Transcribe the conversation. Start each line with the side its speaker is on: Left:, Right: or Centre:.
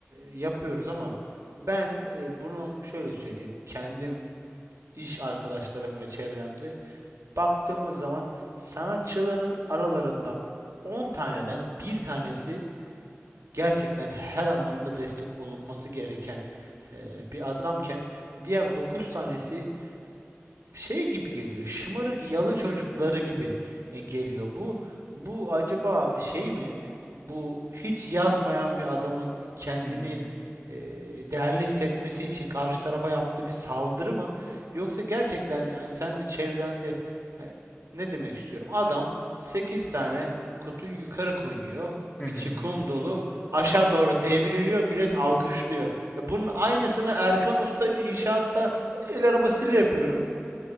Right: yapıyoruz ama ben e, bunu şöyle söyleyeyim. Kendim iş arkadaşlarım ve çevremde baktığımız zaman sanatçıların aralarında 10 taneden bir tanesi gerçekten her anlamda destek olunması gereken e, bir adamken diğer 9 tanesi şey gibi geliyor. Şımarık yalı çocukları gibi e, geliyor. Bu bu acaba şey mi? Bu hiç yazmayan bir adamın kendini
Left: Hı hı.
Right: e, değerli hissetmesi için karşı tarafa yaptığı bir saldırı mı? Yoksa gerçekten yani sen de çevrende yani ne demek istiyorum? Adam 8 tane kutuyu yukarı koyuyor.
Left: Hı
Right: içi
Left: hı.
Right: kum dolu. Aşağı doğru devriliyor. Millet alkışlıyor. E, bunun aynısını Erkan Usta inşaatta el arabasıyla yapıyorum.